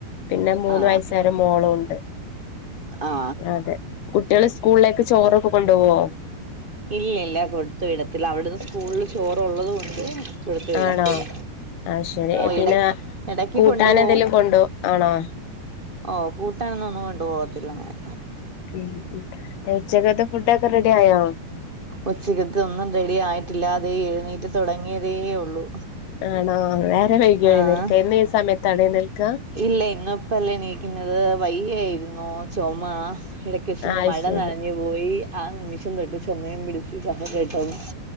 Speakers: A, on the left (about 80°); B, on the right (about 20°).
A: പിന്നെ മൂന്ന്
B: ആ
A: വയസായൊരു മോളുണ്ട്
B: ആ
A: അതെ കുട്ടികള് സ്കൂളിലേക്ക് ചോറൊക്കെ കൊണ്ടോവോ
B: ഇല്ലല്ല കൊടുത്തു വിടത്തില്ല അവിടുന്ന് സ്കൂളില് ചോറുള്ളത് കൊണ്ട് കൊടുത്തു വിടത്തില്ല
A: ആണോ അത് ശരി
B: ഓഹ്
A: പിന്നെ
B: ഇട ഇടക്ക്
A: കൂട്ടാൻ
B: കൊണ്ടു പോവും
A: എന്തെലും കൊണ്ടോ ആണോ
B: ഓഹ് കൂട്ടാനൊന്ന ഒന്നും കൊണ്ടു പോകത്തില്ല അങ്ങനെ
A: ഉം ഉ ഉച്ചകത്തെ ഫുഡക്കെ റെഡി ആയാ
B: ഉച്ചകത്തൊന്നും റെഡി ആയിട്ടില്ലാ തെഎഴുന്നീറ്റ് തുടങ്ങിയതേ ഉള്ളൂ
A: ആണോ വേറെ വൈകിയോ
B: ആഹ്
A: എഴി നിൽക്ക എന്നും ഈ സമയത്താണോ എഴുനേൽക്കാ
B: ഇല്ല ഇന്ന ഇപ്പല്ലേ എണീക്കുന്നത് വയ്യ ആയിരുന്നു ചുമ കിടക്കേസിന്ന്
A: അത്
B: മഴ
A: ശരി
B: നനഞ്ഞു പോയി ആ നിമിഷം തൊട്ട് ചൊമയം പിടിച്ച് കഫ കേട്ടവും